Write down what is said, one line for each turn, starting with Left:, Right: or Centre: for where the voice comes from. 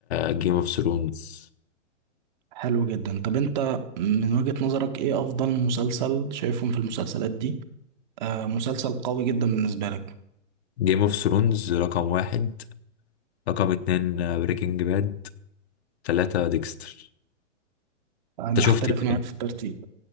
Left: جيم اوف ثرونز
Right: حلو جدا طب انت من وجهة نظرك ايه افضل مسلسل شايفهم في المسلسلات دي؟ آه مسلسل قوي جدا بالنسبة لك
Left: جيم اوف ثرونز رقم واحد رقم اتنين بريكنج باد تلاتة ديكستر
Right: انا
Left: انت
Right: اختلف
Left: شفت ايه؟
Right: معاك في الترتيب